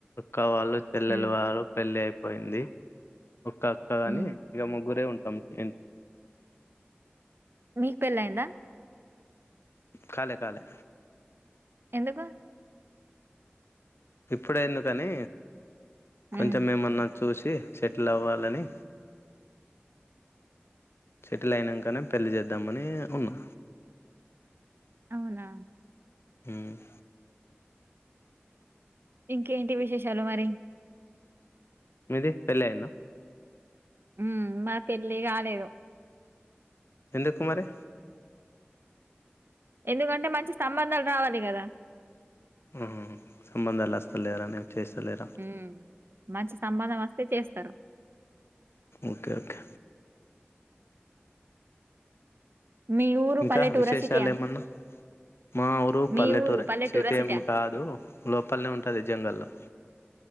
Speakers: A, on the left (about 80°); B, on the right (about 65°).
A: అక్కవాళ్ళు చెల్లెలు
B: హ్మ్.
A: వాళ్ళు పెళ్లి అయి పోయింది ఒక్క అక్క గాని
B: హ్మ్.
A: ఇగా ముగ్గురే ఉ ఎం ఎన్
B: మీకు పెళ్లయిందా
A: కాలే కాలే
B: ఎందుకు
A: ఇప్పుడే ఎందుకని
B: హ్మ్.
A: కొంచెం ఏమన్నాచ్చు చూసి సెటిల్ అవ్వాలని సెటిల్ అయినాకనే పెళ్లి చేద్దామని ఉన్నా
B: అవునా
A: హుమ్
B: ఇంకేంటి విశేషాలు మరి
A: మీది పెళ్లయిందా
B: ఉమ్ మా పెళ్ళి కాలేదు
A: ఎందుకు మరి
B: ఎందుకంటే మంచి సంబంధాలు రావాలి కదా
A: ఆ సంబంధాలు వస్తలేరని చేస్తలేరా
B: హ్మ్. మంచి సంబంధం వస్తే చేస్తారు
A: ఓకే ఓకే
B: మీ ఊరు
A: ఇంకా
B: పల్లెటూరా?
A: విశేషాలు
B: సిటీయా?
A: ఏమన్నా మా ఊరు
B: మీ
A: పల్లెటూరే
B: ఊరు పల్లెటూరా?
A: సిటీ
B: సిటా?
A: ఏం కాదు లోపలనే ఉంటుంది జంగల్లో